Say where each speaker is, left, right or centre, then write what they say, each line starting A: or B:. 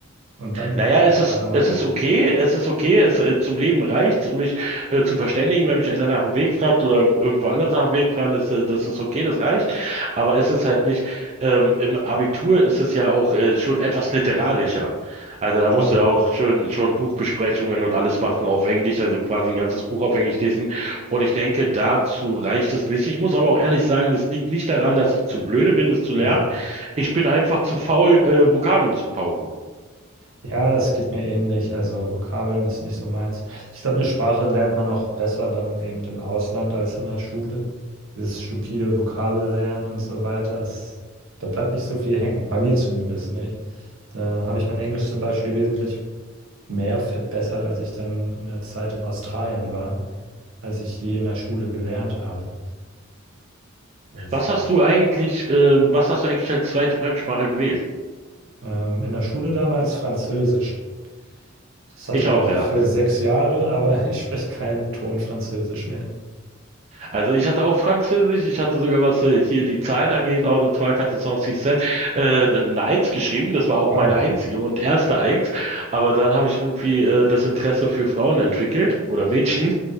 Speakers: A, on the right; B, on the right.
A: und dann
B: Naja, es ist,
A: weitermachen.
B: es ist okay, es ist okay, es, äh, zum Leben reicht's, um mich äh, zu verständigen, wenn mich einer nach dem Weg fragt oder irgendwo anders nach dem Weg fragen, das, äh, das ist okay, das reicht. Aber es ist halt nicht, ähm, im Abitur ist es ja auch äh, schon etwas literarischer. Also da
A: Total.
B: musst du ja auch schon, schon Buchbesprechungen und alles machen auf Englisch, also quasi ein ganzes Buch auf Englisch lesen. Und ich denke, dazu reicht es nicht. Ich muss aber auch ehrlich sagen, es liegt nicht daran, dass ich zu blöde bin, es zu lernen.
A: Mhm.
B: Ich bin einfach zu faul, äh, Vokabeln zu pauken.
A: Ja, es geht mir ähnlich. Also Vokabeln ist nicht so meins. Ich glaube, eine Sprache lernt man auch besser dann eben im Ausland als in der Schule. Dieses stupide Vokabellernen und so weiter, das, da bleibt nicht so viel hängen. Bei mir zumindest nicht. Da habe ich mein Englisch zum Beispiel wesentlich mehr verbessert, als ich dann in der Zeit in Australien war, als ich je in der Schule gelernt habe. Das,
B: Was hast du eigentlich, ähm, was hast du eigentlich als zweite Fremdsprache gewählt?
A: ähm, in der Schule damals Französisch. Das hatte
B: Ich
A: ich
B: auch,
A: auch für
B: ja.
A: sechs Jahre, aber <laughs> ich spreche keinen Ton Französisch mehr.
B: Also ich hatte auch Französisch, ich hatte sogar, was äh, hier die Zahlen angeht, Ordre, Trois, Quatre, Cinq, Six, Sept, äh, eine Eins geschrieben. Das war auch
A: Wow.
B: meine einzige und erste Eins. Aber dann habe ich irgendwie äh, das Interesse für Frauen entwickelt oder Mädchen.